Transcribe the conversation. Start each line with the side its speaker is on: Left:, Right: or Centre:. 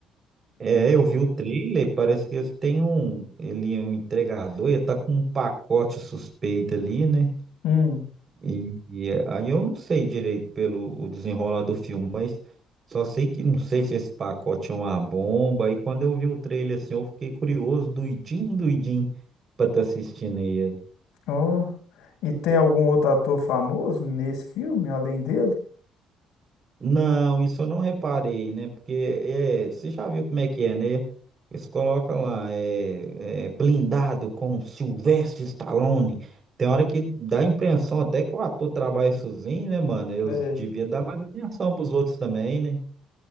Right: o- é, eu vi o trailer, parece que eles têm um, ele é um entregador, ele tá com um pacote suspeito ali, né?
Left: Hum.
Right: E, e é- aí eu não sei direito pelo o desenrolar do filme, mas só sei que não sei se esse pacote é uma bomba. E quando eu vi o trailer assim, eu fiquei curioso, doidinho, doidinho, pra estar assistindo aí.
Left: Ó. E tem algum outro ator famoso nesse filme, além dele?
Right: Não, isso eu não reparei, né? Porque é, você já viu como é que é, né? Eles colocam lá, é, é, blindado com Sylvester Stallone. Tem hora que dá a impressão até que o ator trabalha sozinho, né, mano? Eles
Left: É, é,
Right: deviam dar mais atenção pros outros também, né?